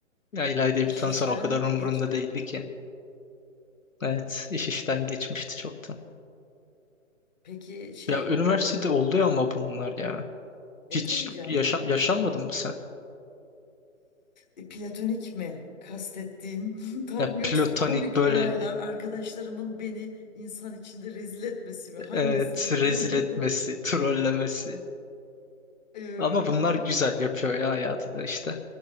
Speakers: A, on the left (about 70°); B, on the left (about 30°).
A: Ya İlayda'yı
B: İş
A: bir tanısan
B: işten
A: o kadar umurumda
B: geç.
A: değildi ki. Evet iş işten geçmişti çoktan.
B: Peki şey,
A: Ya üniversitede
B: e,
A: oluyor ama bunlar ya.
B: e
A: Hiç
B: tabii canım.
A: yaşam yaşanmadın mı sen?
B: E, Platonik mi kastettiğin <laughs> tam
A: Ya
B: yoksa
A: platonik
B: komik
A: böyle
B: olaylar arkadaşlarımın beni insan içinde rezil etmesi mi hangisi
A: Evet, rezil
B: <laughs> burada?
A: etmesi, trollemesi.
B: Ee,
A: Ama bunlar güzel yapıyor ya hayatı da işte.